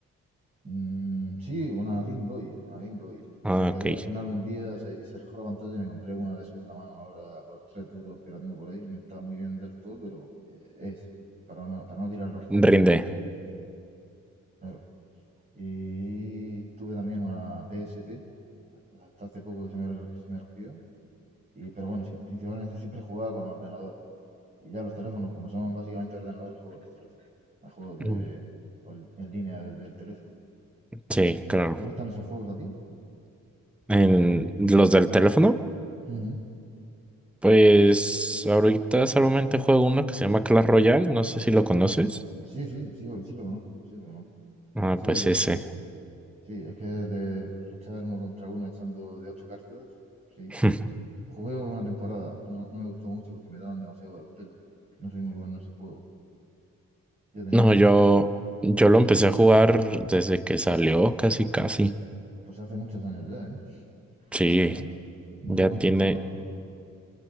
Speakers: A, on the right (about 25°); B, in the centre.
A: Mm, sí, una Game Boy. Una Game Boy. Que
B: Ah,
A: se me cayó
B: ok.
A: al final un día, se, se rajó la pantalla y me compré una de segunda mano ahora por tres duros que la tengo por ahí. No está muy bien del todo, pero eh, es para no, para no tirar los juegos
B: Rinde.
A: que tenía por ahí. Claro. Y tuve también una PSP hasta hace poco que se me, se me rompió. Y, pero bueno, sí, principalmente siempre jugaba con ordenador. Y ya los teléfonos, como son básicamente ordenadores, juego los teléfonos. A juegos de,
B: Mm.
A: en línea del teléfono.
B: Sí, claro.
A: ¿Te gustan esos juegos a ti?
B: En los del teléfono,
A: Ujú.
B: pues ahorita solamente juego uno que se llama Clash Royale, no sé si lo conoces.
A: Sí, sí, sí, sí lo conozco, sí lo conozco.
B: Ah,
A: Ese,
B: pues ese.
A: sí, es que de luchar uno contra uno echando de ocho cartas, sí,
B: <laughs>
A: ese. Jugué una temporada, no, no me gustó mucho porque me daban demasiado al pelo. No soy muy bueno en ese juego. Yo tenía
B: No,
A: ese,
B: yo, yo lo
A: eh,
B: empecé a jugar desde que salió, casi, casi.
A: pues hace muchos años ya, ¿eh?
B: Sí.
A: ¿verdad? No
B: Ya
A: sé cuántos,
B: tiene,
A: pero